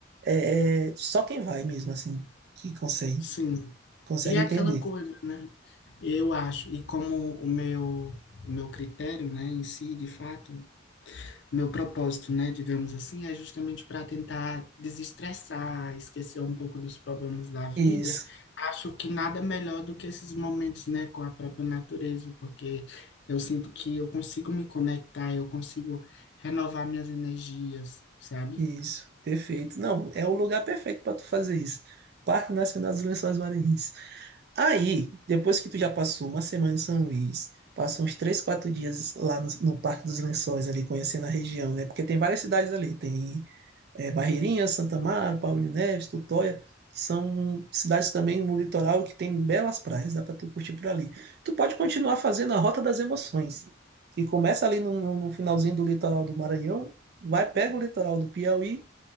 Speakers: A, on the right (about 55°); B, on the left (about 60°).
A: É, é só quem vai mesmo, assim, que consegue,
B: Sim.
A: consegue
B: E é
A: entender.
B: aquela coisa, né? Eu acho, e como o meu, o meu critério, né, em si, de fato, o meu propósito, né, digamos assim, é justamente para tentar desestressar, esquecer um pouco dos problemas da vida.
A: Isso,
B: Acho que nada melhor do que esses momentos, né, com a própria natureza, porque eu sinto que eu consigo me conectar, eu consigo renovar minhas energias, sabe?
A: isso, perfeito. Não, é o lugar perfeito para tu fazer isso. Parque Nacional dos Lençóis Maranhenses. Aí, depois que tu já passou uma semana em São Luís, passa uns três, quatro dias lá no, no Parque dos Lençóis, ali, conhecendo a região, né? Porque tem várias cidades ali. Tem é, Barreirinhas, Santa Amaro, Paulino Neves, Tutóia, que são cidades também no litoral que tem belas praias, dá para tu curtir por ali. Tu pode continuar fazendo a Rota das Emoções, que começa ali no, no- no finalzinho do litoral do Maranhão, vai, pega o litoral do Piauí